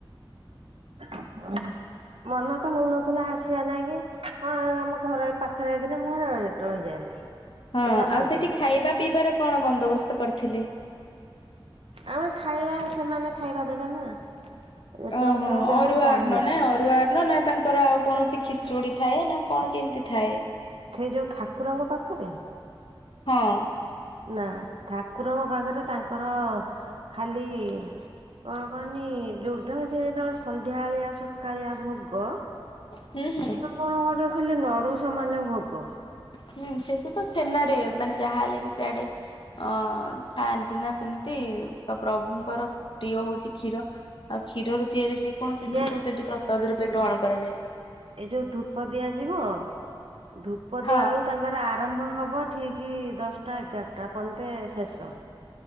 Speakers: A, on the right; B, on the left.
A: ଅ ହ। ମନ ତ ହଉନଥିଲା ଆସିବା ନାଗି, ହଁ ଆମ ଘର ଏଇ ପାଖରେ ହେଇ ଥିନେ ମୁଁ ରହିଯାଆନ୍ତି।
B: ହଁ
A: ଏଇଆ ଭାବେ
B: ଆଉ ସେଠି ଖାଇବା ପିଇବାରେ କଣ ବନ୍ଦୋବସ୍ତ କରିଥିଲେ?
A: ଆମେ ଖାଇବା ସେମାନେ ଖାଇବା ଦେବେ ନା। ଯେତେବେଳେ
B: ଓହୋ
A: ତୁ ଯାହା
B: ଅରୁଆ
A: ଚାହିଁବୁ
B: ଅନ୍ନ ନା ଅରୁଆ ଅନ୍ନ ନା ତାଙ୍କ ଙ୍କର ଆଉ କୌଣସି ଖିଚୁଡି ଥାଏ, ନା କଣ କେମିତି ଥାଏ।
A: ସେଇ ଯୋଉ ଠାକୁରଙ୍କ ପାଖରେ।
B: ହଁ।
A: ନା ଠାକୁରଙ୍କ ପାଖରେ ତାଙ୍କର ଖାଲି କଣ କହନି ଯୋଉ ତାଙ୍କ ଯେତେବେଳେ ସନ୍ଧ୍ୟାବେଳିଆ ସକାଳିଆ ଭୋଗ
B: ହୁଁ ହୁଁ।
A: ମାନେ କଣ ଗୋଟେ ଖାଲି ନଡୁ ସମାନ ଭୋଗ।
B: ହୁଁ ସେଇଠୀ ତ ଛେନାରେ ମାନେ ଯାହାହେଲେ ବି ସିଆଡେ ଅଁ ଥାାଆନ୍ତି ନା ସେମିତି ତ ପ୍ରଭୁଙ୍କର ପ୍ରିୟ ହଉଛି କ୍ଷୀର, ଆଉ କ୍ଷୀର ତିଆରି ଯେକୌଣସି
A: ସିଏ
B: ସେଠି ପ୍ରସାଦ ରୂପେ ଗ୍ରହଣ କରାଯାଏ।
A: ଏ ଯୋଉ ଧୂପ ଦିଆଯିବ ଧୂପ
B: ହଁ
A: ଦିଆ ବେଳୁ ତାଙ୍କର ଆ ଆରମ୍ଭ ହବ ଠିକ୍ ଦଶଟା ଏଗାରଟା ପନ୍ତେ ଶେଷ।